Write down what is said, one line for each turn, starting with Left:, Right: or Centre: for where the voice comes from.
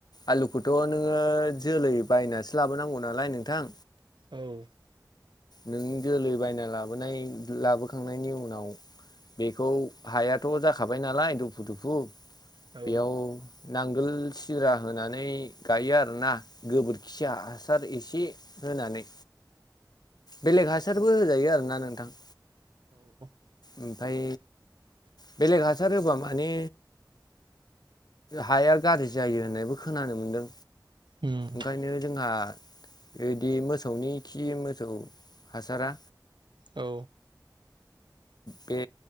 Left: आलुखौथ' नोङो जोलै बायनासो लाबोनांगौ नालाय नों थां।
Right: औ।
Left: नों जोलै बायना लाबोनाय लाबोखांनायनि उनाव बेखौ हायाथ' जाखाबाय नालाय दुफु दुफु
Right: औ अ औ
Left: बेयाव नांगोल सिरा होनानै गायो आरोना। गोबोरखिया हासार एसे होनानै बेलेग हासारबो होजायो आरोना नोंथां।
Right: औ।
Left: ओमफ्राय बेलेग हासार होबा माने हाया गाज्रि जायो होननायबो खोनानो मोनदों
Right: उम
Left: ओंखायनो जोंहा बिदि मोसौनि खि मोसौ हासारा
Right: औ।
Left: बे